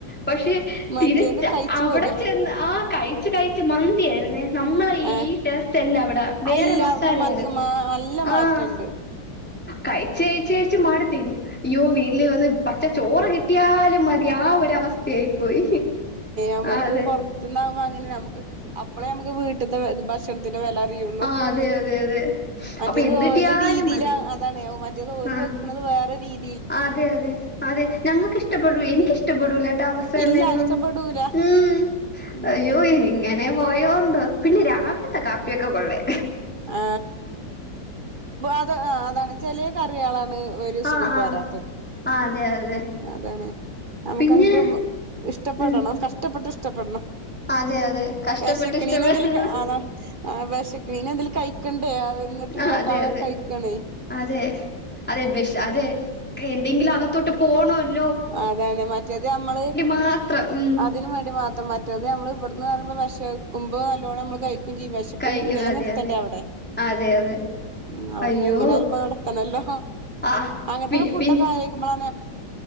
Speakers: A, in the centre; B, on the right.
A: പക്ഷെ
B: മറ്റേത്
A: തിരിച്ച
B: കഴിച്ചു
A: അവിടെ
B: പോര
A: ചെന്ന് ആ കഴിച്ചു കഴച്ച് മന്തി ആയിന്നേ നമ്മളെ
B: ആഹ്
A: ഈ ടേസ്റ്റ്ല്ല അവിടെ വേറെ
B: അല്ല
A: മസാലയാണ്
B: അവിടുത്തെ മന്തിക്ക് നല്ല
A: ആഹ
B: മാറ്റണ്ട് <inaudible>
A: കഴിച്ച കഴച്ച് കഴച്ച് മാടി തിരിഞ്ഞു അയ്യോ വീട്ടിൽ വന്ന് പച്ചച്ചോറ് കിട്ടിയാലും മതി ആ ഒരുവസ്ഥ ചെയി പോയി
B: നമുക്ക്
A: ആഹ് അതെ
B: പുറത്തന്നാകുമ്പോ അങ്ങനെ നമുക്ക് അപ്പളെ നമുക്ക് വീട്ടത്തെ ഭക്ഷണത്തി വില അറിയുള്ളൂ
A: ആഹ് അതെ അതെ അതെ
B: മറ്റേത്
A: അപ്പൊ എന്ത്
B: ഓലെ
A: കിട്ടിയാലും
B: രീതിൽ
A: മതി
B: അതണോ മ തോല്
A: ആഹ്
B: വെക്കുന്നത് വേറെ രീതി
A: അതെ അതെ അതെ ഞങ്ങൾക്ക് ഇഷ്ടപ്പെടു എനിക്കിഷ്ട ഇഷ്ടപ്പെടൂല താമസല്ലും
B: ഇല്ല ഇഷ്ടപ്പെടൂല
A: ഉ
B: ഉം
A: അയ്യോ ഇങ്ങനെ പോയോന്ന് പിന്നെ രാവിലത്തെ കാപ്പിയൊക്കെ കൊള്ളേ
B: ആ അത് അതാണ് ചെലിയ കറി ആളാണ് ഒരു സുഖം
A: ആഹ്
B: പോരാ
A: ആഹ് ആഹ് അതെ അതെ
B: അതാണ് നമുക്ക്ങ്ങട്ട്
A: പിന്നെ
B: ഇഷ ഇഷ്ടപ്പെടണം
A: ഉം
B: കഷ്ടപ്പെട്ട് ഇഷ്ടപ്പെടണം
A: അതെ അതെ കഷ്ടപ്പെട്ട്
B: വിശക്കണീന്
A: ഇഷ്ടപ്പെടുന്ന
B: എന്തേലും അതാ വിശക്കണീനെ എന്തെങ്കലും കഴിക്കണ്ട എ വന്നിട്ടില്ല
A: ആഹ് അതെ
B: അവർ
A: അതെ
B: കഴിക്കണേ
A: അതെ അതെ ബഷ അതെ എന്തെങ്കിലും അകത്തോട്ട് പോണോല്ലോ
B: അതാണ് മറ്റേത് നമ്മള്
A: മാത്രം ഉം
B: അതിന് വേണ്ടി മാത്രം മാറ്റത് നമ്മൾ ഇവിടെന്ന് പറയുമ്പോ വിഷക്കുമോ നല്ലോണം നമ്മൾ കഴി കുഞ്ചി വശപ്പം
A: കഴിക്കുന്ന
B: നിലനിർത്തണ്ട
A: അതെ അതെ
B: അവിടെ
A: അതെ അതെ
B: ഉ അവിടുന്ന്
A: അയ്യോ
B: എങ്ങനൊയാലുംപ്പ നടത്തണല്ലോ
A: ആ
B: അങ്ങനത്തെക്ക
A: പി
B: ഫുഡ്ക്കെ
A: പി
B: അയക്ക്പോള